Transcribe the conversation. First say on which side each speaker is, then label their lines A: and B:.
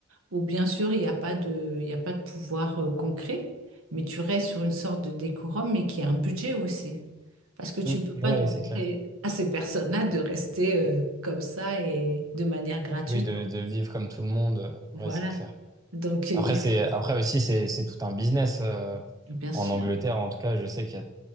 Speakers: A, on the right (about 70°); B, on the right (about 15°).
A: Ou bien sûr il n'y a pas de, il n'y a pas de pouvoir euh, concret, mais tu restes sur une sorte de décorum, mais qui a un budget aussi. Parce que tu
B: Mm.
A: ne peux pas
B: Ouais,
A: demander
B: ouais, c'est clair.
A: à ces personnes-là de rester euh, comme ça et de manière gratuite.
B: Oui, de, de vivre comme tout le monde, euh,
A: Voilà.
B: ouais, c'est clair.
A: Donc, euh,
B: Après,
A: il
B: c'est,
A: faut,
B: après aussi, c'est, c'est tout un business. euh,
A: bien sûr.
B: en Angleterre, en tout cas, je sais qu'il y a